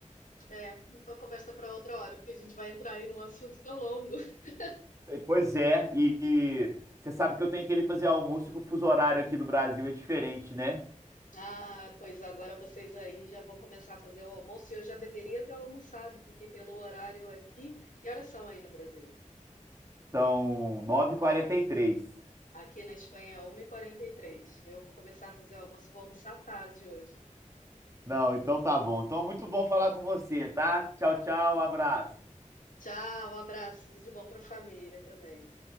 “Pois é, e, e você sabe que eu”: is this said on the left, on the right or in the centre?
Right